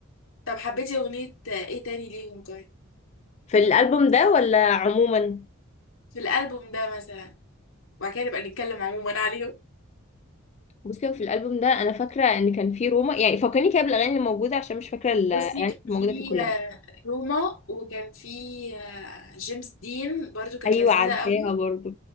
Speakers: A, on the left; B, on the left.
A: طب حبيتي اغنية ايه تاني ليهم طيب
B: في الالبوم ده ولا عموما
A: في الألبوم ده مثلا وبعد كده نبقى نتكلم عموما عليهم
B: بصي هو في الالبوم ده انا فاكرة ان كان في روما يعني فكرني كده بالاغاني اللي موجودة عشان مش فاكرة الاغاني
A: بصي كان
B: اللي موجودة
A: في
B: فيه كلها
A: آه، روما وكان في آه، جيمس دين برضو كانت
B: ايوه
A: لذيذة
B: عارفاها
A: قوي
B: برضو